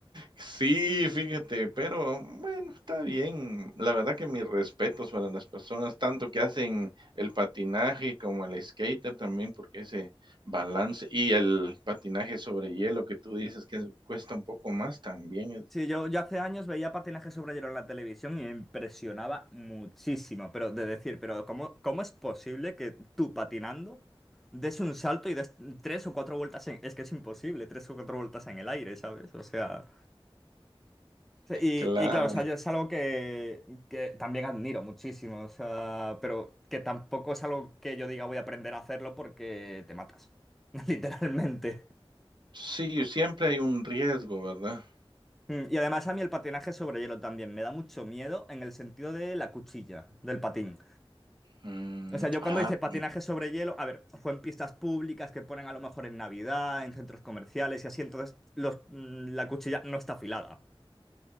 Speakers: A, on the right; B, in the centre.
A: Sí, fíjate, pero bueno, está bien. La verdad que mis respetos para las personas, tanto que hacen el patinaje como el skater también, porque ese balance y el patinaje sobre hielo que tú dices que es cuesta un poco más también es
B: Sí, yo, yo hace años veía patinaje sobre hielo en la televisión y me impresionaba muchísimo, pero de decir, pero ¿cómo, cómo es posible que tú patinando des un salto y des tres o cuatro vueltas en... Es que es imposible, tres o cuatro vueltas en el aire, ¿sabes? O sea... sí,
A: claro.
B: Y, y claro, o sea, yo es algo que, que también admiro muchísimo, o sea, pero que tampoco es algo que yo diga voy a aprender a hacerlo porque te matas, <laughs> literalmente.
A: Sí, siempre hay un riesgo, ¿verdad?
B: Mm, Y además a mí el patinaje sobre hielo también me da mucho miedo en el sentido de la cuchilla, del patín.
A: Mm,
B: O sea, yo cuando
A: ah,
B: hice patinaje
A: mm,
B: sobre hielo, a ver, fue en pistas públicas que ponen a lo mejor en Navidad, en centros comerciales y así, entonces los, mm, la cuchilla no está afilada.